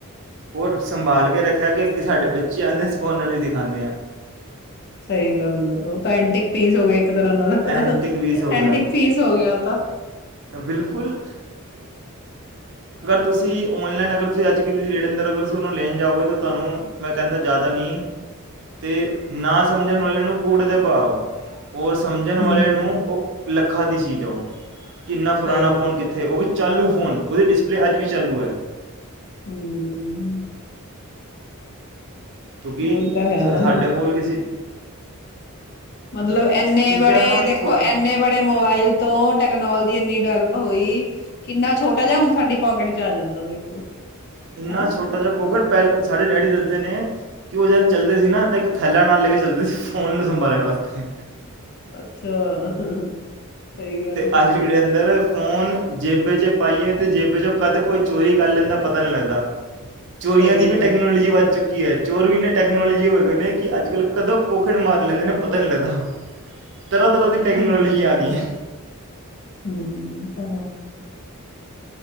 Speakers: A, on the right (about 55°); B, on the left (about 45°).
A: ਔਰ ਸੰਭਾਲ ਕੇ ਰੱਖਿਆ ਅੱਗੇ-ਅੱਗੇ ਸਾਡੇ ਬੱਚੇ ਆਂਦੇ ਸਭ ਉਹਨਾਂ ਨੂੰ ਵੀ ਦਿਖਾਣੇਂ ਆਂ।
B: ਸਈ ਗੱਲ ਐ ਔ ਪੈਂਟਿਕ ਪੀਸ ਹੋ ਗਏ ਇੱਕ ਤਰ੍ਹਾਂ ਦਾ,
A: ਐਂਟੀਕ ਪੀਸ ਹੋ ਗਿਆ
B: ਐਂਟਿਕ ਪੀਸ ਹੋ ਗਿਆ ਔ ਤਾਂ।
A: ਬਿਲਕੁਲ ਤੁਸੀ ਔਨਲਾਈਨ ਅਗਰ ਤੁਸੀਂ ਅੱਜ ਕੱਲ੍ਹ ਦੀ ਡੇਟ ਅੰਦਰ ਅਗਰ ਤੁਸੀਂ ਉਹਨੂੰ ਲੈਣ ਜਾਓਗੇ ਤੇ ਤੁਹਾਨੂੰ ਮੈਂ ਕਹਿੰਦਾ ਜ਼ਿਆਦਾ ਨੀ ਤੇ ਨਾ ਸਮਝਣ ਵਾਲੇ ਨੂੰ ਕੂੜੇ ਦੇ ਭਾਓ। ਹੋਰ ਸਮਝਣ ਵਾਲੇ
B: ਹੂੰ
A: ਨੂੰ ਉਹ ਲ ਖਾਂ ਦੀ ਚੀਜ਼ ਔ। ਕਿੰਨਾ
B: ਸਹੀ
A: ਪੁਰਾਣਾ
B: ਗੱਲ
A: ਫੋਨ ਕਿੱਥੇ
B: ਆ
A: ਉਹ ਵੀ ਚਾਲੂ ਫੋਨ, ਉਹਦੇ ਡਿਸਪਲੇਅ ਅੱਜ ਵੀ ਚਾਲੂ ਐ।
B: ਹੂੰ।
A: ਕਿਉਂਕਿ
B: ਉਹੀ ਤਾਂ ਹੈ
A: ਜ਼
B: ਨਾ
A: ਸਾਡੇ
B: ਫਿਰ
A: ਕੋਲ ਕਿਸੀ
B: ਮਤਲਬ ਐੰਨੇ
A: ਚੀਜ਼ਾਂ
B: ਬੜੇ
A: ਨਾ
B: ਦੇਖੋ
A: ਛੋਟੀ
B: ਐੰਨੇ ਬੜੇ ਮੋਬਾਇਲ ਤੋਂ ਟੈਕਨੋਲੋ ਦੀ ਇੰਨੀ ਡਿਵੈਲਪ ਹੋਈ, ਕਿੰਨਾ ਛੋਟਾ ਜਿਹਾ ਹੁਣ ਸਾਡੀ ਪਾਕਿਟ ਚ ਆ ਜਾਂਦਾ, ਦੇਖੋ।
A: ਇੰਨਾ
B: ਹਨਾ
A: ਛੋਟਾ ਜਿਹਾ ਪੋਕਟ ਪੈ ਸਾਡੇ ਡੈਡੀ ਦੱਸਦੇ ਨੇ ਕਿ ਉਹ ਜਦ ਚੱਲਦੇ ਸੀ ਨਾ ਤਾਂ ਇੱਕ ਥੈਲਾਂ ਨਾਲ ਲੈ ਕੇ ਚੱਲਦੇ ਸ ਫੋਨ ਨੂੰ ਸੰਭਾਲਣ ਵਾਸਤੇ।
B: ਅੱਛਾ। ਸਹੀ ਗੱਲ
A: ਤੇ
B: ਆ
A: ਅੱਜ ਵੀ ਲੇਂਦੇ ਨੇ ਫੋਨ ਜੇਬੇ ਚ ਪਾਈਏ ਤੇ ਜੇਬੇ ਚੋ ਕਦ ਕੋਈ ਚੋਰੀ ਕਰ ਲੇਂਦਾ ਪਤਾ ਈ ਨੀ ਲਗਦਾ। ਚੋਰੀਆਂ
B: ਸਹੀ
A: ਦੀ ਵੀ
B: ਗੱਲ
A: ਟੈਕਨੋਲੋਜੀ
B: ਆ
A: ਵੱਧ ਚੁੱਕੀ ਐ। ਚੋਰ ਵੀ ਇੰਨੇ ਟੈਕਨੋਲਜੀ ਹੋਏ ਵਏ ਨੇ ਕਿ ਅੱਜ ਕੱਲ੍ਹ ਕਦੋਂ ਪੋਕਿਟ ਮਾਰ ਲੈਂਦੇ ਨੇ ਪਤਾ ਈ ਨੀ ਲੱਗਦਾ। ਤਰ੍ਹਾਂ ਤਰ੍ਹਾਂ ਦੀ ਟੈਕਨੋਲੋਜੀ
B: ਹ
A: ਆ ਗਈ ਹੈ
B: ਹਮ ਹਂ-ਹਂ।